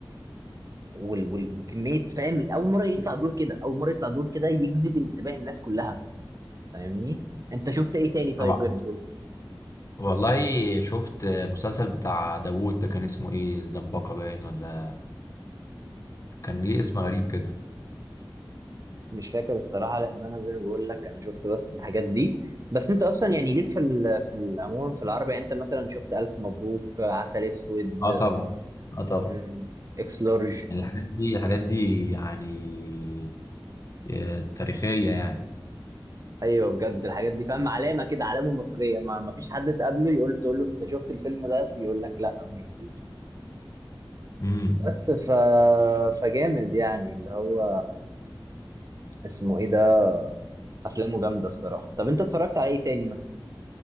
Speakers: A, on the right; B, on the left.
A: وال- وال- وكميه فاهم اول مره يطلع دور كده اول مره يطلع دور كده يجذب انتباه الناس كلها فاهمني انت شفت ايه تاني طيب
B: طبعا
A: غير دول
B: والله شفت مسلسل بتاع داوود ده كان اسمه ايه الزنبقة باين ولا كان ليه اسم غريب كده
A: مش فاكر الصراحه لان انا زي ما بقول لك انا شفت بس الحاجات دي بس انت اصلا يعني ليك في ال- في العموم في العربي يعني، انت مثلا شفت الف مبروك عسل اسود
B: اه طبعا اه طبعا
A: مم، اكس لارج
B: يعني الحاجات دي الحاجات دي يعني آه، تاريخية يعني
A: ايوه بجد الحاجات دي فاهم علامه كده علامه مصريه ما ما فيش حد تقابله يقول تقول له انت شفت الفيلم ده يقول لك لا ما شفتوش
B: امم
A: بس ف فجامد يعني اللي هو اسمه ايه ده افلامه جامده الصراحه طب انت اتفرجت على ايه تاني مثلا